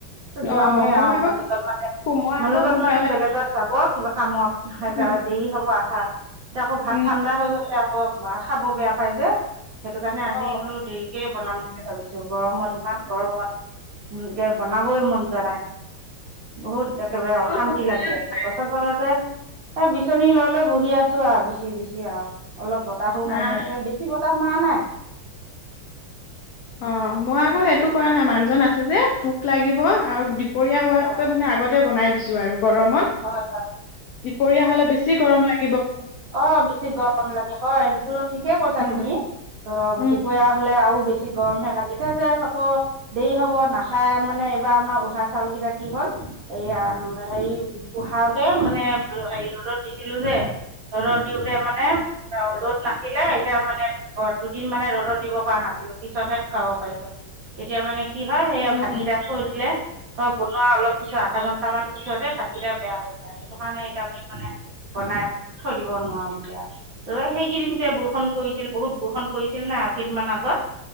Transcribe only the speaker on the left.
অ
মই
আকৌ
সো- মই
আকৌ সোনকালে
উম
উম
অ
আকৌ সোনকালে
নাই
অহ, মই আকৌ সেইটো কৰা নাই। মানুহজন আছে যে, ভোক লাগিব আৰু দুপৰীয়া হোৱাতকৈ
মানে আগত বনাই দিছো আৰু গৰমত।
দুপৰীয়া হ'লে বেছি গৰম লাগে।
উম
উম
উম
উম